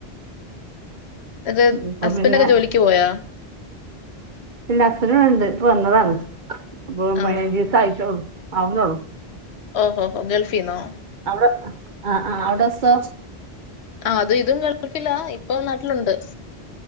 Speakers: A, on the left; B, on the right.
A: അത്
B: അപ്പൊ
A: ഹസ്ബൻഡ്
B: പിന്നെ
A: ഒക്കെ ജോലിക്ക് പോയാ
B: ഇല്ല ഹസ്ബൻഡ് ഇവിടെ ഉണ്ട് ഇപ്പൊ വന്നതാണ് അപ്പോ
A: ആണോ
B: <unintelligible> ആവുന്നോളൂ
A: ഓഹോഹോ ഗൾഫിന്നോ
B: ആ ആ അവിടെസോ
A: ആ അതും ഇതും ഗൾഫിലാ ഇപ്പൊ നാട്ടിലൊണ്ട്